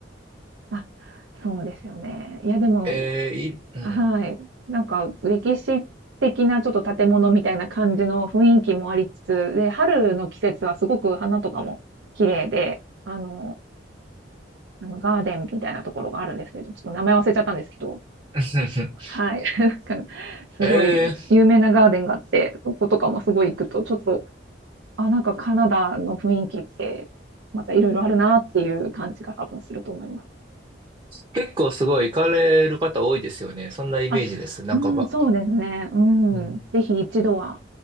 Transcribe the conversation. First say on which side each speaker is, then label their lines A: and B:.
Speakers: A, on the right (about 80°); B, on the right (about 25°).
A: あ、そうですよね。いやでも
B: ええいい、うん。
A: はい。なんか歴史的なちょっと建物みたいな感じの雰囲気もありつつ、で、春の季節はすごく花とかも綺麗で、あのあの、ガーデンみたいなところがあるんですけど、ちょっと名前忘れちゃったんですけど、
B: <laughs>
A: はい。<laughs> なんかすごい有名なガーデンがあって、
B: ええ
A: そことかもすごい行くと、ちょっと、あ、なんかカナダの雰囲気って、またいろいろあるなっていう感じが多分すると思います。
B: 結構すごい行かれる方多いですよね。そんなイメージです。
A: あ、
B: なんかば、
A: うん、そうですね。う
B: うん、
A: ん。ぜひ一度は